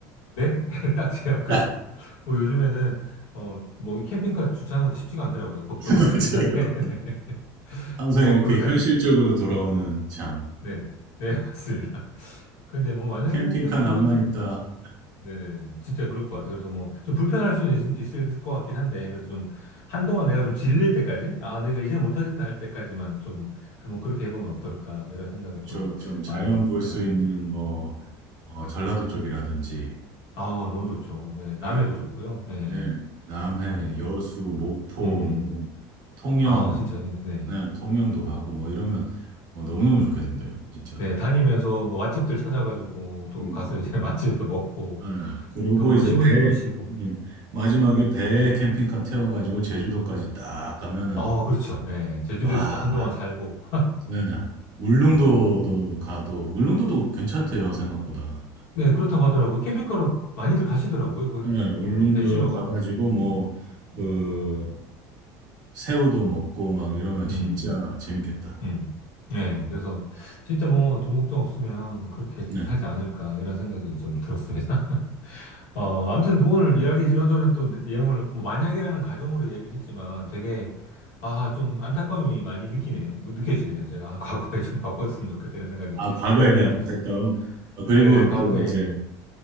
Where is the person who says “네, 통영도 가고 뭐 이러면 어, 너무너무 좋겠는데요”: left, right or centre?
Right